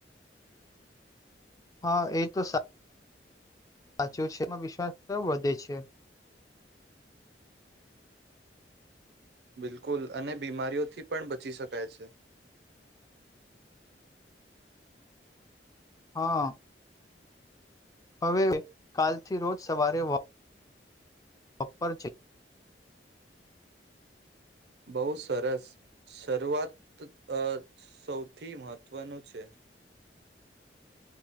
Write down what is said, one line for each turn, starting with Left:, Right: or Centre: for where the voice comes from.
Left: હા એ તો સાચું છે, એમાં વિશ્વાસ તો વધે છે.
Right: બિલકુલ અને બીમારીઓથી પણ બચી શકાય છે.
Left: હા હવે કાલથી રોજ સવારે વોક વક પર જઈ
Right: બહુ સરસ શરૂઆત સૌથી મહત્વનું છે.